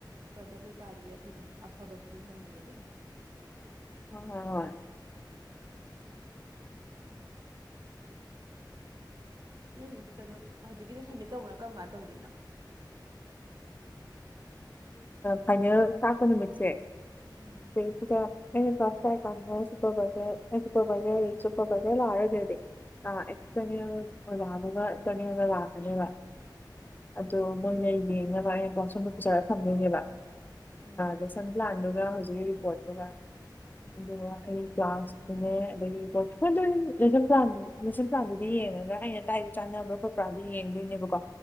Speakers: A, on the right; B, on the left.
A: ꯄ꯭ꯔꯗꯛ ꯀꯩꯀꯥꯗꯨꯗꯤ ꯑꯩꯈꯣꯏ ꯑꯗꯨꯝ ꯑꯐꯕ ꯁꯤꯖꯤꯟꯅꯅꯤꯡꯉꯤꯗꯅ
B: ꯍ ꯍꯣꯏ
A: ꯅ ꯀꯩꯅꯣ ꯍꯧꯖꯤꯛꯀꯤꯗꯤ ꯁꯝꯃꯤꯠ ꯇꯧꯕꯅ ꯀꯔꯝ ꯀꯥꯟꯅ ꯇꯧꯗꯣꯏꯅꯣ
B: ꯐꯥꯏꯅꯦꯜ ꯇꯥꯛꯄ ꯅꯨꯃꯤꯠꯁꯦ
A: ꯎꯝ
B: <unintelligible> ꯥꯏ ꯀꯃꯦ ꯁꯤꯨꯄꯕꯒꯦ ꯁꯤꯛꯕꯒꯦ ꯆꯨꯄꯕꯒꯂ ꯑꯔꯗꯦꯗꯤ ꯑ ꯑꯦꯅ
A: ꯎꯝ
B: ꯑꯣꯅ ꯟꯇꯔꯅꯦꯒ ꯂꯥꯛꯀꯅꯦꯕ ꯑꯣ ꯃꯣꯏꯅ ꯌꯦꯡꯅꯕ ꯑ ꯕꯥꯎꯁꯣꯟꯗꯣ ꯄꯨꯁꯔꯒ ꯊꯝꯗꯣꯏꯅꯦꯕ
A: ꯎꯝ
B: ꯂꯦꯁꯟ ꯄ꯭ꯂꯥꯟꯗꯨꯒ ꯍꯧꯖꯤꯛꯀꯤ ꯔꯤꯄꯣꯔꯠꯇꯨꯒ
A: ꯎꯝ
B: ꯑꯗ ꯑꯩ ꯥꯁꯇꯨꯅꯦ ꯑꯗꯒꯤꯕꯗꯁꯁꯝꯊꯥꯟꯗꯨꯗꯤ ꯌꯦꯡꯉꯒ ꯑꯩꯅ ꯇꯥꯏꯕ ꯆꯥꯟ ꯕ꯭ꯔ ꯈꯣꯠꯄ꯭ꯔꯥꯗꯤ ꯌꯦꯡꯗꯣꯏꯅꯦꯕꯀꯣ